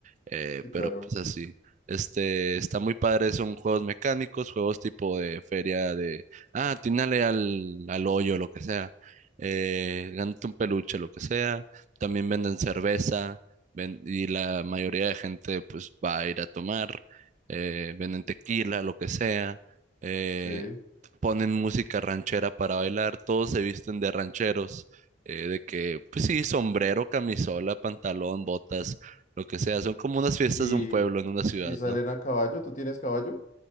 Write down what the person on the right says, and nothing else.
Eh,
pero
pues así, este, está muy padre, son juegos mecánicos, juegos tipo de feria de, ah, atínale al, al hoyo, lo que sea. Eh, gánate un peluche, lo que sea. También venden cerveza, ven- y la mayoría de gente pues va a ir a tomar. Eh, venden tequila, lo que sea. Eh,
ponen música ranchera para bailar, todos se visten de rancheros eh, de que, pues sí, sombrero, camisola, pantalón, botas, lo que sea. Son como unas fiestas
de un pueblo en una ciudad,
¿no?